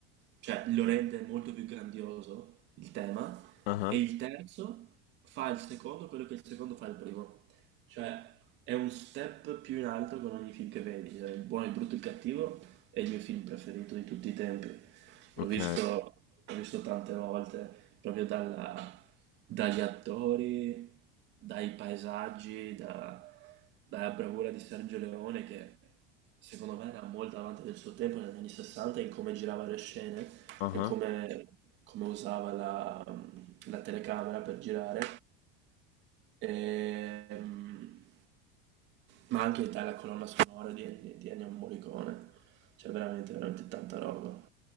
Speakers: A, on the right (about 40°); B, on the left (about 80°).
A: cioè lo rende molto più grandioso il tema.
B: ah,
A: E il terzo fa il secondo quello che il secondo fa il primo. Cioè, è un step più in alto con ogni film che vedi, cioè, Il buono, il brutto e il cattivo è il mio film preferito di tutti i tempi.
B: ok.
A: L'ho visto, l'ho visto tante volte, proprio dalla- dagli attori, dai paesaggi, da- dalla bravura di Sergio Leone che secondo me era molto avanti del suo tempo negli anni 60 in come girava le scene
B: Ah.
A: e come, come usava la la telecamera per girare. Ehm, ma anche dalla colonna sonora di Ennio di Ennio Morricone, cioè veramente, veramente tanta roba.